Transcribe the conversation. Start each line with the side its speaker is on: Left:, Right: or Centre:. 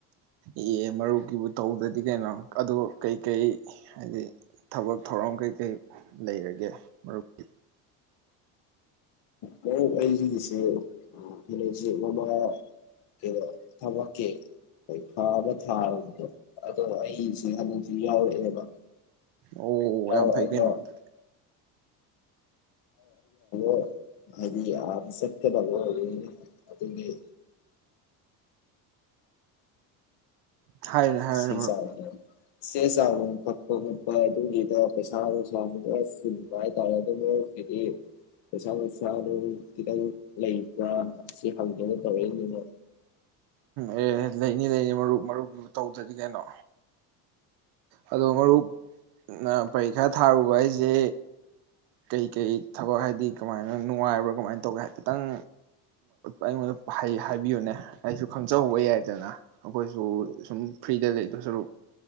Right: ꯏ ꯃꯔꯨꯞꯀꯤꯕꯨ ꯇꯧꯗ꯭ꯔꯗꯤ ꯀꯩꯅꯣ ꯑꯗꯨ ꯀꯩꯀꯩ ꯍꯥꯏꯗꯤ ꯊꯕꯛ ꯊꯧꯔꯝ ꯀꯩꯀꯩ ꯂꯩꯔꯒꯦ ꯃꯔꯨꯞꯀꯤ
Left: ꯃꯔꯨ ꯑꯩꯒꯤꯁꯤ <unintelligible> ꯃꯃꯥ ꯀꯩꯅꯣ ꯊꯕꯛꯀꯤ ꯄꯩꯈꯥ ꯑꯃ ꯊꯥꯕꯒꯤꯗꯣ ꯑꯗꯣ ꯑꯩꯁꯤ ꯍ ꯌꯥꯎꯔꯛꯑꯦꯕ
Right: ꯑꯣ
Left: ꯌꯥꯎꯔꯛꯑꯒ
Right: ꯌꯥꯝ ꯐꯩ ꯀꯩꯅꯣ ꯑꯗꯨꯗꯤ
Left: <inaudible> ꯑꯥꯗ ꯆꯠꯀꯗꯕ ꯑꯣꯏꯕꯩꯅꯤ ꯑꯗꯨꯒꯤ
Right: ꯍꯥꯏꯔ ꯍꯥꯏꯔꯅꯦ
Left: ꯆꯦ
Right: ꯃꯔꯨꯞ
Left: ꯆꯥꯡ ꯆꯦ ꯆꯥꯡ ꯅꯨꯡ ꯀꯛꯄ ꯈꯣꯠꯄ ꯑꯗꯨꯒꯤꯗꯣ ꯄꯩꯁꯥ ꯅꯨꯡꯁꯥ ꯅꯨꯡ ꯈ ꯐꯨꯟꯕ ꯍꯥꯏꯇꯥꯔꯦ ꯑꯗꯨꯅ ꯍꯥꯏꯗꯤ ꯄꯩꯁꯥ ꯅꯨꯡꯁꯥ ꯅꯨꯡ ꯈꯤꯇꯪ ꯂꯩꯕ꯭ꯔꯥ ꯁꯤ ꯍꯪꯗꯅ ꯇꯧꯔꯛꯏꯅꯤꯅꯣ
Right: ꯑꯦ ꯂꯩꯅꯤ ꯂꯩꯅꯤ ꯃꯔꯨꯞ ꯃꯔꯨꯞꯀꯤꯕꯨ ꯇꯧꯗ꯭ꯔꯗꯤ ꯀꯩꯅꯣ ꯑꯗꯣ ꯃꯔꯨꯞ ꯄꯔꯤꯈꯥ ꯊꯥꯔꯨꯕ ꯍꯥꯏꯁꯦ ꯀꯩꯀꯩ ꯊꯕꯛ ꯍꯥꯏꯗꯤ ꯀꯃꯥꯏꯅ ꯅꯨꯡꯉꯥꯏꯕ꯭ꯔꯥ ꯀꯃꯥꯏꯅ ꯇꯧꯒꯦ ꯍꯥꯏꯐꯦꯠꯇꯪ ꯑꯩꯉꯣꯟꯗ ꯍꯥꯏꯕꯤꯌꯨꯅꯦ ꯑꯩꯁꯨ ꯈꯪꯖꯍꯧꯕ ꯌꯥꯏꯗꯅ ꯑꯩꯈꯣꯏꯁꯨ ꯁꯨꯝ ꯐ꯭ꯔꯤꯗ ꯂꯩꯗꯣ ꯁꯔꯨꯛ